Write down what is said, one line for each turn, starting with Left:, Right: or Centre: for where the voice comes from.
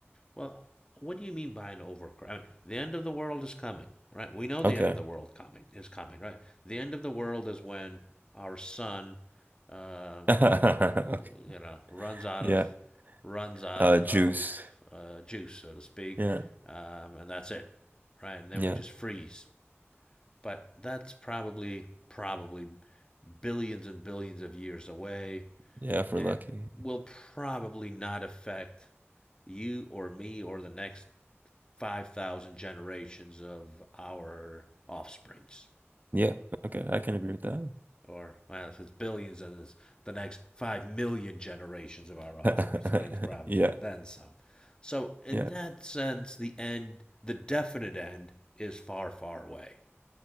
Left: Well, what do you mean by an overcrowd? I mean, the end of the world is coming, right? We know the
Right: okay
Left: end of the world coming is coming, right? The end of the world is when our sun um,
Right: <laughs>
Left: you
Right: okay
Left: know runs out
Right: yeah
Left: of runs out
Right: uh
Left: of
Right: juice
Left: uh, juice, so to speak,
Right: yeah
Left: um, and that's it, right? And then
Right: yeah
Left: we just freeze. But that's probably probably billions and billions of years away,
Right: yeah if we're
Left: and
Right: lucky
Left: will probably not affect you or me or the next five thousand generations of our offsprings.
Right: yeah okay I can agree with that
Left: or well, if it's billions, then it's the next five million generations of our offspring,
Right: <laughs>
Left: probably,
Right: yeah
Left: and then some. So, in
Right: yeah
Left: that sense, the end, the definite end, is far, far away.